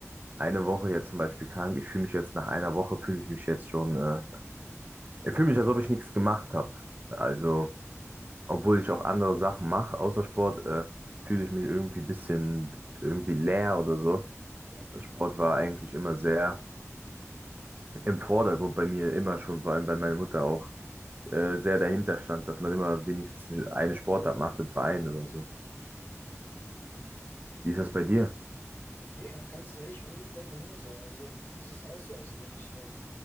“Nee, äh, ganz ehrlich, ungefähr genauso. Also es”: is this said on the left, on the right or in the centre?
Left